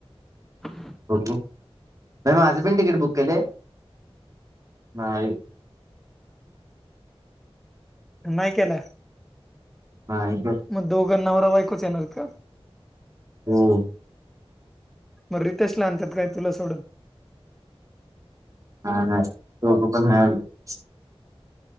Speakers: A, in the centre; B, on the right.
A: <inaudible>
B: क माझ पण तिकीट बुक केलेय? नाही
A: नाही केलय
B: नाही
A: मग दोघां नवरा बायकोच येणारयेत का?
B: हो.
A: म रितेशला आणतात काय तुला सोडून?
B: हा ना, दोघं पण हरलेत.